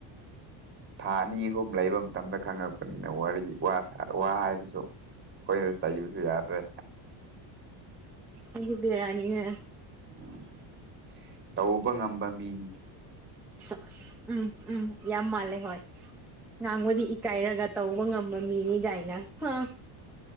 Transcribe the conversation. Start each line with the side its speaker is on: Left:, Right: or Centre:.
Right: ꯊꯥ ꯑꯅꯤ ꯑꯍꯨꯝ ꯂꯩꯕ ꯃꯇꯝꯗ ꯈꯪꯉꯛꯄꯅꯤꯅ ꯋꯥꯔꯤ ꯋꯥ ꯍꯥꯏꯕꯁꯨ ꯑꯩꯈꯣꯏꯅ ꯆꯩꯕꯁꯨ ꯌꯥꯗ꯭ꯔꯦ
Centre: ꯑꯩꯗꯤ ꯕꯤꯔꯅꯤ ꯅꯦ
Right: ꯎꯝ ꯇꯧꯕ ꯉꯝꯕ ꯃꯤꯅꯤ
Centre: ꯁꯁ ꯎꯝ ꯎꯝ ꯌꯥꯝ ꯃꯥꯂꯦ ꯍꯣꯏ ꯉꯥꯡꯕꯗꯤ ꯏꯀꯥꯏꯔꯒ ꯇꯧꯕ ꯉꯝꯕ ꯃꯤꯅꯤ ꯀꯥꯏꯅ ꯍꯥ